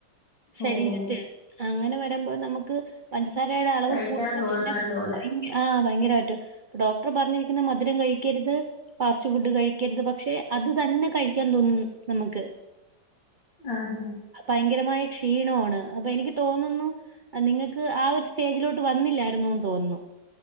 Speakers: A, on the right; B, on the left.
A: ശരീരത്തിൽ
B: ഓഹോ
A: അങ്ങനെ വരുമ്പോ നമുക്ക് പാൻസാരയുടെ അളവ്
B: കഴിക്കാൻ
A: കൂടുമ്പോ
B: തോന്നും
A: തന്നെ
B: നല്ല പോലെ
A: ഭയങ്കര ആ ഭയങ്കരമായിട്ട ഡോക്ടർ പറഞ്ഞിരിക്കുന്ന മധുരം കഴിക്കരുത് ഫാസ്റ്റ് ഫുഡ് കഴിക്കരുത് പക്ഷെ അത് തന്നെ കഴിക്ക ൻ തോന്നും നമുക്ക്
B: ആഹ്
A: ഭയങ്കരമായി ക്ഷീണമാണ് അപ്പൊ എനിക്ക് തോന്നുന്നു നിങ്ങൾക്ക് ആ ഒരു സ്റ്റേജിലോട്ട് വന്നില്ലായിുന്നന്ന് തോന്നുന്നു